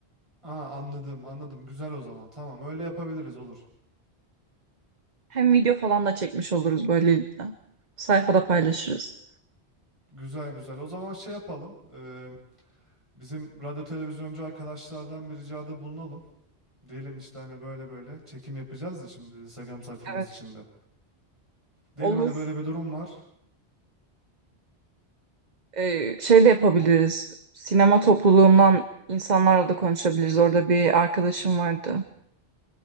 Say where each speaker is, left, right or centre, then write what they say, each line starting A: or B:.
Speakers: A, on the right; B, on the right.
A: Aa anladım, anladım. Güzel o zaman. Tamam, öyle yapabiliriz olur.
B: Hem video falan da çekmiş oluruz böylelikle. Sayfada paylaşırız.
A: Güzel güzel. O zaman şey yapalım. e, bizim radyo televizyoncu arkadaşlardan bir ricada bulunalım. Diyelim işte hani böyle böyle çekim yapacağız ya şimdi Instagram sayfamız
B: Evet,
A: içinde. Diyelim
B: olur.
A: hani böyle bir durum var.
B: Ee, şey de yapabiliriz. Sinema topluluğundan insanlarla da konuşabiliriz. Orada bir arkadaşım vardı.